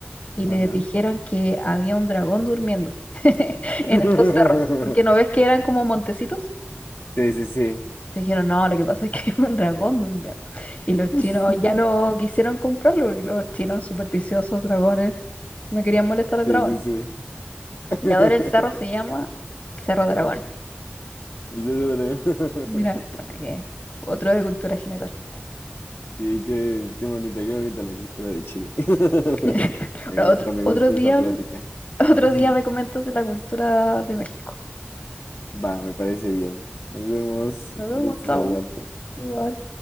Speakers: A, on the left; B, on the left.
A: Y les
B: ajá.
A: dijeron que había un dragón durmiendo <laughs>
B: <laughs>
A: en estos cerros. Porque no ves que eran como montecitos.
B: Sí, sí, sí.
A: Se dijeron, no, lo que pasa es que <laughs> hay un dragón durmiendo. Y los
B: <laughs>
A: chinos ya no quisieron comprarlo porque los chinos supersticiosos, dragones, no querían molestar al
B: Sí,
A: dragón.
B: sí, sí. <laughs>
A: Y ahora el cerro se llama Cerro Dragón.
B: El Cerro de cerdo dragón.
A: Mira, para que-
B: <laughs>
A: Otro de cultura general.
B: Sí, qué, qué bonita, qué bonita la cultura de Chile. <laughs>
A: <laughs>
B: Me
A: Bueno,
B: gusta,
A: otro,
B: me
A: otro
B: gusta
A: día,
B: esa plática.
A: <laughs> otro
B: <laughs>
A: día me comentas de la cultura de México.
B: Va, me parece bien. Nos vemos.
A: Nos vemos,
B: Un gusto
A: chau.
B: saludarte.
A: Igual.